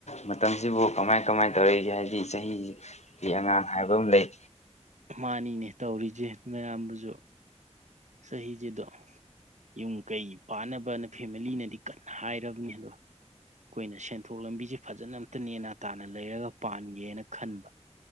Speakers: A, on the left; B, on the right.
A: ꯃꯇꯝꯁꯤꯕꯨ ꯀꯃꯥꯏ ꯀꯃꯥꯏꯅ ꯇꯧꯔꯛꯏꯒꯦ ꯍꯥꯏꯕꯗꯤ ꯆꯍꯤꯒꯤ ꯑꯉꯥꯡ ꯍꯥꯏꯕ ꯑꯃ ꯂꯩ
B: ꯃꯥꯅꯤꯅꯦ ꯇꯧꯔꯤꯁꯦ ꯅꯥꯌꯥꯝꯕꯁꯨ ꯆꯍꯤꯁꯤꯗꯣ ꯌꯨꯝ ꯀꯩ ꯄꯥꯟꯅꯕꯅ ꯐꯦꯃꯤꯂꯤꯅꯗꯤ ꯀꯟꯅ ꯍꯥꯏꯔꯕꯅꯤ ꯑꯗꯣ ꯑꯩꯈꯣꯏꯅ ꯁꯦꯟꯊꯣꯛ ꯂꯝꯕꯤꯁꯦ ꯐꯖꯅ ꯑꯝꯇ ꯅꯦꯅꯥ ꯇꯥꯅ ꯂꯩꯔꯒ ꯄꯥꯟꯒꯦꯅ ꯈꯟꯕ